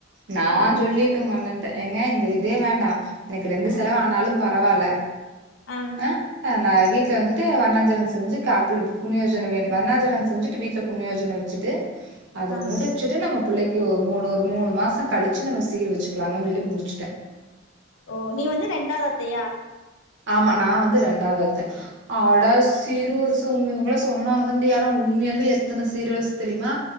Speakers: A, on the right; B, on the left.
A: நா
B: ஆ
A: சொல்லிட்ட உங்க அண்ணன்கிட்ட ஏங்க இந்த இதே வேண்டாம் எனக்கு ரெண்டு
B: ஆ
A: செலவு ஆனாலும் ப பரவால்ல
B: ஆ
A: ம் அ வீட்டுல வந்துட்டு வண்ணா்சரகம் செஞ்சு காப்ல புண்ணியோஜனனை வே வண்ணா்சரம் செஞ்சுட்டு வீட்டுல புண்ணியயோஜன வச்சிட்டு அத
B: ஆ
A: முடிச்சுட்டு நம்ம பிள்ளைக் கியோ மூணு ஒரு மூணு மாசம் கழிச்சு நம்ம சீர் வச்சுக்கலாங்கன்னு சொல்லி முடிஸ்டேன்
B: ஓ நீ வந்து ரெண்டாவது அத்தையா
A: ஆமா நா வந்து ரெண்டாவுது அத்த அட சீர் வருசை சொன்னாங்கதான்டி ஆனா உண்மையாலுமே எத்தன சீர் வருச தெரியுமா